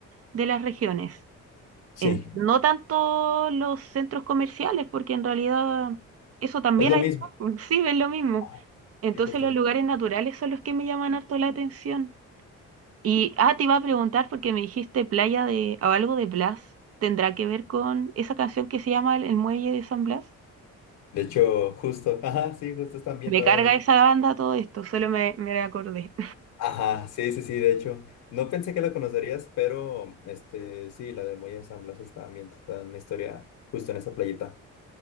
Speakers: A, on the right; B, on the left.
A: de las regiones.
B: Sí.
A: En- no tanto los centros comerciales, porque en realidad eso también
B: Es lo
A: hay,
B: mismo.
A: <laughs> sí, es lo mismo.
B: Ajá,
A: Entonces
B: sí, justo.
A: los lugares naturales son los que me llaman harto la atención. Y, ah, te iba a preguntar porque me dijiste playa de, o algo de Blas. ¿Tendrá que ver con esa canción que se llama El, el Muelle de San Blas?
B: De hecho, justo. Ajá, sí, justo está ambientada
A: Me carga
B: ahí.
A: esa banda todo esto, solo me, me acordé.
B: Ajá, sí, sí, sí, de hecho. No pensé que la conocerías, pero este, sí, la de Muelle de San Blas está ambientada en una historia justo en esa playita.